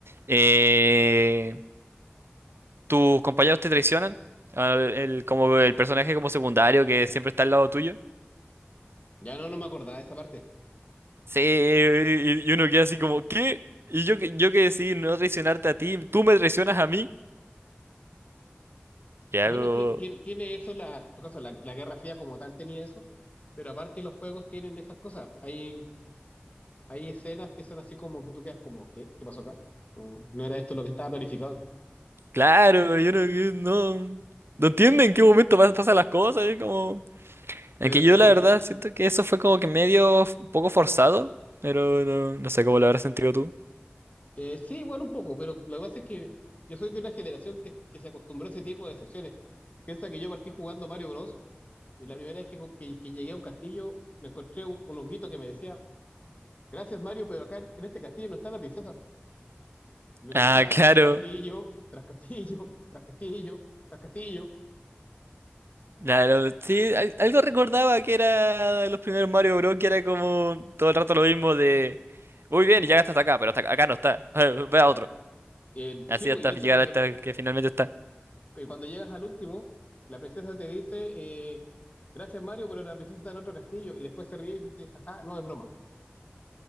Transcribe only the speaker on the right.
eh, ¿Tus compañeros te traicionan? Ah, El, como el personaje como secundario que siempre está al lado tuyo.
Sí, y, y uno queda así como, ¿qué? Y yo, que- yo que decidí no traicionarte a ti, tú me traicionas a mí. Y algo,
claro, yo no, que- no, no entiendo en qué momento pas- pasan las cosas. Es como, en
que yo
la verdad siento que eso fue como que medio f- un poco forzado, pero no, no sé cómo lo habrás sentido tú.
Ah,
claro.
Claro, sí, al- algo recordaba que era de los primeros Mario Bros. que era como todo el rato lo mismo de, muy bien, ya hasta acá, pero hasta acá no está, <laughs> ve a otro.
Así
hasta
llegar
hasta el que finalmente está.